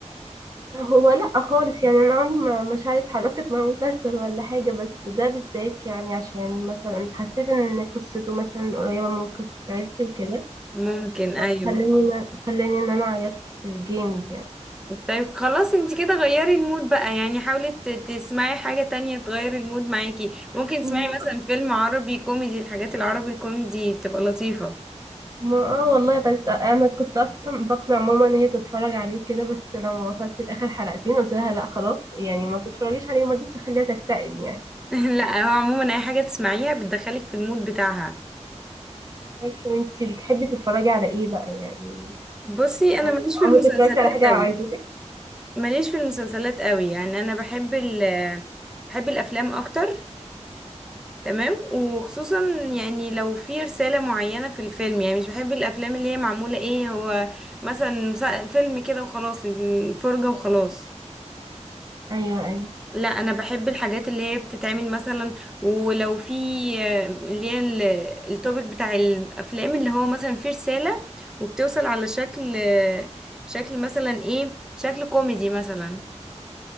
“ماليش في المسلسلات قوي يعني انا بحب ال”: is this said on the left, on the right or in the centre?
Centre